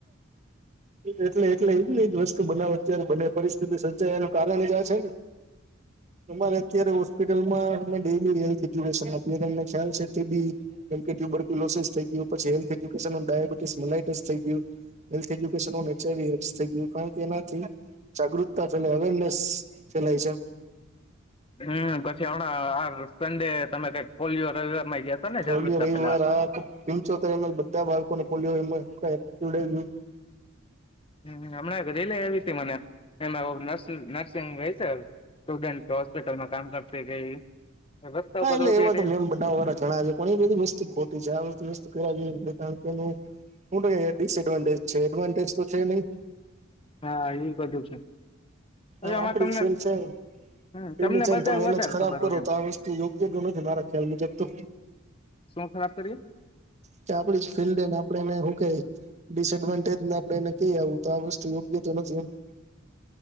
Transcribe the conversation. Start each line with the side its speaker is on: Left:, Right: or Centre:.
Right: એટલે એટલે એજ જ વસ્તુ બનાવ અત્યારે બને પરિસ્થિતિ સર્જાયનું કારણે જ છે ને તમારે અત્યારે હોસ્પિટલમાં અને ડેલી હેલ્થ એજ્યુકેશન આપીએ એમને ખ્યાલ છે. ટીબી કેમ કે ટ્યુબરક્યૂલોસીસ થઈ ગયું પછી health education on diabetes mellitus થઈ ગયું, health education on H I V થઈ ગયું. કારણ એનાથી જાગૃતતા ફેલાય અવેરનેસ ફેલાય છે.
Left: હમ પછી હમણાં આર. સંડે તમે કઈક પોલિયો રવિવાર માં ગયા હતા ને
Right: પોલિયો
Left: જાગૃતતા
Right: રવિવાર
Left: પેલા?
Right: આ પંચોતેર એમ એલ બધા બાળકોને પોલિયો પીવડાવ્યું.
Left: હમ હમણાં રીલે આવી તી મને એમાંસ નર્સિંગ વ છે. સ્ટુડન્ટ હોસ્પિટલમાં કામ કરતી ગઈ. રસ્તા
Right: હા
Left: ઉપર
Right: એટલે
Left: ઉભી
Right: એવા
Left: રહીને
Right: તો મેમ બધા વાળાણા છે પણ એ બધી વસ્તુ ખોટી છે આ બધી વસ્તુ <unintelligible> કારણ કે એનું <unintelligible> ડિસએડવાન્ટેજ છે એડવાન્ટેજ તો છે નહીં
Left: હા એ બધું છે હવે
Right: હમ
Left: આમાં
Right: અપડી
Left: તમને
Right: <unintelligible> છે
Left: હમ
Right: પેલે
Left: તમને
Right: છે ને
Left: બધા
Right: તમે એને
Left: વધારે
Right: જ ખરાબ
Left: ખબર
Right: કરો
Left: હોય એમ
Right: તો આ વસ્તુ યોગ્ય તો નથી મારા ખ્યાલ મુજબ તો.
Left: શું ખરાબ કરીએ?
Right: કે આપડી ફિલ્ડને આપડે એને શું કે ડિસડવાન્ટેજ ને આપણે એને ક ું તો વષ યોગ્ય તો નથી એમ <unintelligible>